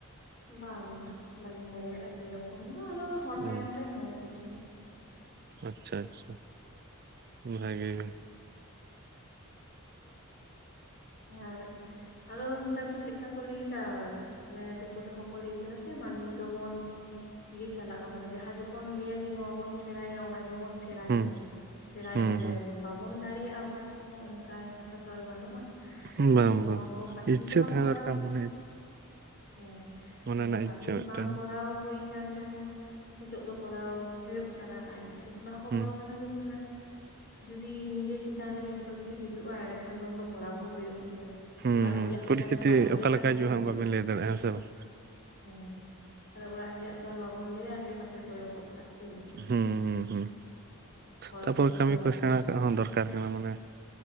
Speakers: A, on the left; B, on the right.
A: ᱵᱟᱝ ᱵᱟᱝ ᱵᱟᱹᱞᱤᱧ ᱫᱟᱲᱮᱭᱟᱜᱼᱟ ᱥᱮᱤᱨᱚᱠᱚᱢ ᱫᱚ ᱟᱫᱚ ᱦᱚᱲ ᱛᱟᱭᱚᱢ
B: ᱚ
A: ᱨᱮ ᱦᱚᱸ ᱠᱤᱪᱷᱩ ᱫᱚ
B: ᱟᱪᱪᱷᱟ ᱟᱪᱪᱷᱟ ᱵᱷᱟᱜᱮ ᱜᱮ
A: ᱟᱨ ᱟᱫᱚ ᱱᱮᱛᱟᱨ ᱫᱚ ᱪᱮᱫᱠᱟ ᱠᱚ ᱞᱟᱹᱭ ᱫᱟ ᱢᱟᱱᱮ ᱫᱤᱠᱩ ᱛᱮᱦᱚᱸ ᱠᱚ ᱞᱟᱹᱭ ᱠᱟᱫᱟ ᱥᱮ ᱢᱟᱹᱱᱢᱤ ᱫᱚᱢᱚᱱ ᱤᱭᱟᱹ ᱪᱟᱞᱟᱜᱼᱟ ᱢᱟᱱᱮ ᱡᱟᱦᱟᱸ ᱜᱮᱵᱚᱱ ᱞᱟᱹᱭᱟ ᱡᱮ ᱱᱚᱣᱟ ᱵᱚᱱ ᱥᱮᱬᱟᱭᱟ ᱚᱱᱟ ᱜᱮᱵᱚᱱ ᱥᱮᱬᱟ
B: ᱦᱩᱸ
A: ᱪᱟᱞᱟᱜ ᱥᱮᱬᱟ
B: ᱦᱩᱸ
A: ᱤᱫᱤ ᱫᱟᱲᱮᱭᱟ ᱵᱚᱱ ᱵᱟᱵᱚᱱ ᱫᱟᱲᱮᱭᱟᱜᱼᱟ ᱚᱠᱟᱴᱟᱜ ᱦᱚᱸ ᱚᱱᱠᱟ ᱠᱟᱛᱷᱟ ᱛᱚᱨ ᱵᱟᱹᱱᱩᱜᱼᱟ ᱾
B: ᱦᱩᱸ
A: ᱛᱟᱦᱚᱞᱮ
B: ᱵᱟᱝ ᱵᱟᱝ
A: ᱱᱚᱣᱟ ᱠᱚ ᱯᱟᱹᱦᱤᱞ
B: ᱤᱪᱪᱷᱟᱹ
A: ᱫᱚ ᱵᱟᱝ
B: ᱛᱟᱦᱮᱸ
A: ᱠᱚᱨᱟᱣ
B: ᱫᱚᱨᱠᱟᱨ ᱢᱚᱱᱮ
A: ᱦᱮᱸ
B: ᱢᱚᱱᱮ ᱨᱮᱱᱟᱜ
A: ᱚᱱᱟ ᱯᱟᱦᱤᱞ
B: ᱤᱪᱪᱷᱟᱹ ᱢᱤᱫᱴᱟᱝ
A: ᱵᱟᱝ ᱠᱚᱟᱣ ᱦᱩᱭᱼᱼ ᱠᱟᱱ ᱨᱮᱦᱚᱸ ᱱᱤᱛᱚᱜ ᱫᱚ ᱠᱚᱨᱟᱣ ᱦᱩᱭᱩᱜ ᱠᱟᱱᱟ ᱤᱪᱪᱷᱟᱹ ᱠᱷᱚᱱᱟᱜ ᱦᱚᱸ
B: ᱦᱩᱸ
A: ᱵᱚᱲᱚ ᱠᱟᱛᱷᱟ ᱦᱩᱭᱩᱜ ᱠᱟᱱᱟᱼᱼ ᱡᱩᱫᱤ ᱱᱤᱡᱮ ᱪᱮᱛᱟᱱ ᱨᱮᱜᱮ ᱡᱷᱚᱛᱚ ᱠᱤᱪᱷᱩ ᱦᱤᱡᱩᱜᱼᱟ ᱮᱸᱰᱮ ᱠᱷᱟᱱ ᱫᱚ ᱩᱱ ᱫᱚ ᱠᱚᱨᱟᱣ ᱦᱚᱸ ᱦᱩᱭᱩᱜ ᱜᱮᱭᱟ᱾
B: ᱦᱩᱸ
A: ᱚᱲᱟᱜ
B: ᱦᱩᱸ
A: ᱨᱮᱭᱟᱜ
B: ᱯᱚᱨᱤᱥᱛᱷᱤᱛᱤ
A: ᱠᱤ ᱟᱨᱮᱢ ᱵᱟᱜᱤᱭᱟᱜᱼᱟ
B: ᱚᱠᱟᱞᱮᱠᱟ
A: ᱠᱤᱼᱼ
B: ᱦᱤᱡᱩᱜᱼᱟ ᱦᱟᱸᱜ ᱵᱟᱵᱮᱱ ᱞᱟᱹᱭ ᱫᱟᱲᱮᱭᱟᱜᱼᱟ ᱦᱮᱸ ᱥᱮ ᱵᱟᱝ
A: ᱦᱮᱸ ᱛᱟᱦᱚᱞᱮ ᱚᱲᱟᱜ ᱨᱮᱭᱟᱜ ᱛᱚ ᱵᱟᱵᱚᱱ ᱞᱟᱹᱭᱟ ᱡᱮ ᱦᱟᱯᱮ ᱠᱚᱭᱚᱜ ᱜᱚᱜ ᱠᱟᱜ ᱠᱤᱱᱼᱼ
B: ᱦᱩᱸ ᱦᱩᱸ ᱦᱩᱸ
A: ᱦᱚᱲ
B: ᱛᱟᱨᱯᱚᱨ
A: ᱵᱷᱚᱨᱥᱟ
B: ᱠᱟᱹᱢᱤ
A: ᱫᱚ
B: ᱠᱚ ᱥᱮᱬᱟ ᱠᱟᱜ ᱦᱚᱸ ᱫᱚᱨᱠᱟᱨᱼᱼ ᱟᱨ ᱠᱟᱱᱟ ᱢᱟᱱᱮ